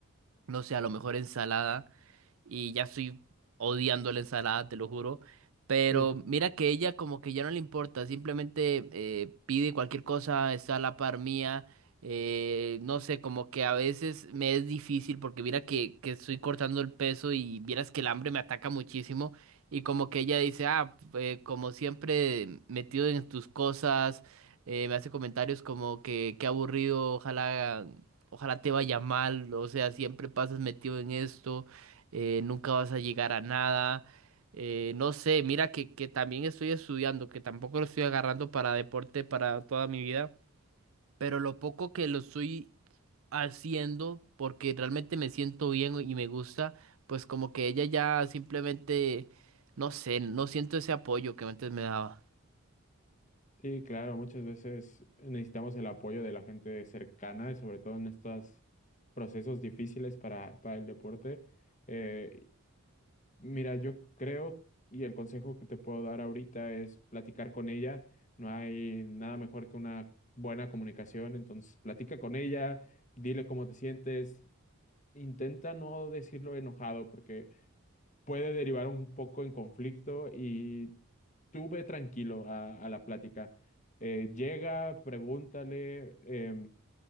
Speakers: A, on the right; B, on the left.
A: no sé, a lo mejor ensalada. y ya estoy odiando la ensalada, te lo juro. Pero
B: sí
A: mira que ella como que ya no le importa, simplemente eh, pide cualquier cosa, está a la par mía. eh, no sé, como que a veces me es difícil porque mira que, que estoy cortando el peso y vieras que el hambre me ataca muchísimo y como que ella dice, ah, eh, como siempre metido en tus cosas, eh, me hace comentarios como que qué aburrido, ojalá, ojalá te vaya mal, o sea, siempre pasas metido en esto eh, nunca vas a llegar a nada. eh, no sé, mira que, que también estoy estudiando, que tampoco lo estoy agarrando para deporte para toda mi vida, pero lo poco que lo estoy haciendo, porque realmente me siento bien y me gusta, pues como que ella ya simplemente, no sé, no siento ese apoyo que antes me daba.
B: Sí, claro, muchas veces necesitamos el apoyo de la gente cercana y sobre todo en estos procesos difíciles para, para el deporte. Eh, mira, yo creo y el consejo que te puedo dar ahorita es platicar con ella. No hay nada mejor que una buena comunicación, entonces platica con ella, dile cómo te sientes, intenta no decirlo enojado porque puede derivar un poco en conflicto y tú ve tranquilo a, a la plática. Eh, llega, pregúntale, em,